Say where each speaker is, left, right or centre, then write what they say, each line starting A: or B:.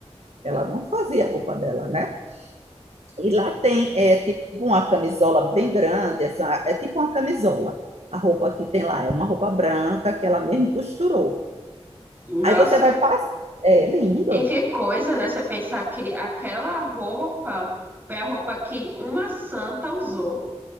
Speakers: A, on the right; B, on the right.
A: Ela não fazia a roupa dela, né? E lá tem é, tipo uma camisola bem grande, assim, uma- é tipo uma camisola. A roupa que tem lá é uma roupa branca que ela mesmo costurou.
B: Nossa,
A: Aí você vai passar. É lindo.
B: E que coisa, né? Você pensar que aquela roupa foi a roupa que uma santa usou.